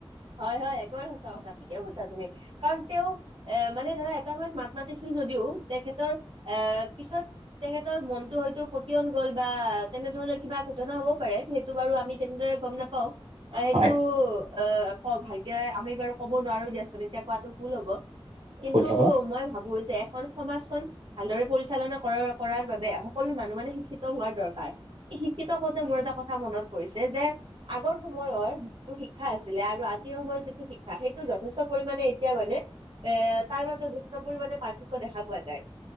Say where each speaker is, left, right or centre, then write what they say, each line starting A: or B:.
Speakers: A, on the right; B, on the right.
A: হয়, হয় একেবাৰে সঁচা কথা ঠিকে কৈছা তুমি কাৰণ তেওঁ এ মানে ধৰা এটা সময়ত মাত মাতিছিলো। যদিও তেখেতৰ এ পিছত তেখৰ মনতটো হয়তো প গ'ল বা তেনে। ধৰণৰ কিবা ঘটনা হ'ব পাৰে সেইটো বাৰু আমি তেনেদৰে গম নাপাওঁ। অ, সেইটো
B: হয়
A: অ ক ভালকে আমি বাৰু ক'ব নোৱাৰো দিয়াচোন এতিয়া কোৱাাতটো ভুল হ'ব। কিন্তু
B: ভুল হ'ব
A: মই ভাবো যে এখন সমাজখন। ভালদৰে পৰিচালনা কৰ কৰাৰ বাবে সকলো মানুহ মানে শিক্ষিত হোৱাৰ দৰকাৰ। শিক্ষিত কওঁতে মোৰ ত কথা মনত পৰিছে যে আগৰ সময়ৰ যিটো শিক্ষা আছিলে আৰু। যিটো শিক্ষা সেইটো যথেষ্ট পৰিমণে এতিয়া মানে এ তাৰ মাজত যষ্ট পৰি। দেখা পোৱা যায়